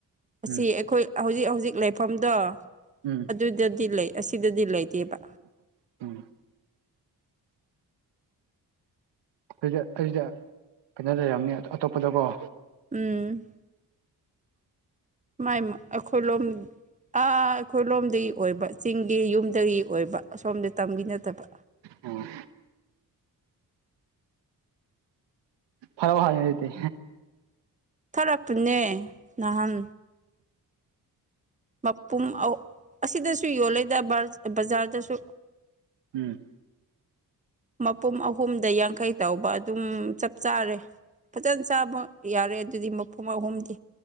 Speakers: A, on the right (about 20°); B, on the right (about 85°).
A: ꯑꯁꯤ
B: ꯎꯝ
A: ꯑꯩꯈꯣꯏ ꯍꯧꯖꯤꯛ ꯍꯧꯖꯤꯛ ꯂꯩꯐꯝꯗꯣ
B: ꯎꯝ
A: ꯑꯗꯨꯗꯗꯤ ꯂꯩ ꯑꯁꯤꯗꯗꯤ ꯂꯩꯇꯦꯕ
B: ꯎꯝ ꯑꯗꯨꯗ ꯑꯗꯨꯗ ꯀꯩꯅꯣ ꯂꯩꯔꯝꯅꯤ ꯑꯇꯣꯞꯄꯗꯀꯣ
A: ꯎꯝ ꯃꯥꯏ ꯑꯩꯈꯣꯏꯂꯣꯝ ꯑꯥ ꯑꯩꯈꯣꯏ ꯂꯣꯝꯗꯒꯤ ꯑꯣꯏꯕ ꯆꯤꯡꯒꯤ ꯌꯨꯝꯗꯒꯤ ꯑꯣꯏꯕ ꯑꯁꯣꯝꯗ ꯇꯝꯒꯤ ꯅꯠꯇꯕ
B: ꯎꯝ ꯐꯔꯥꯎ ꯍꯥꯏ ꯂꯩꯗꯤ
A: ꯊꯔꯛꯄꯅꯦ ꯅꯍꯥꯟ ꯃꯄꯨꯝ ꯑꯁꯤꯗꯁꯨ ꯌꯣꯜꯂꯦꯗ ꯕꯖꯥꯔꯗꯁꯨ
B: ꯎꯝ
A: ꯃꯄꯨꯝ ꯑꯍꯨꯝꯗ ꯌꯥꯡꯈꯩ ꯇꯧꯕ ꯑꯗꯨꯝ ꯆꯞ ꯆꯥꯔꯦ ꯐꯖꯅ ꯆꯥꯕ ꯌꯥꯔꯦ ꯑꯗꯨꯗꯤ ꯃꯄꯨꯡ ꯑꯍꯨꯝꯗꯤ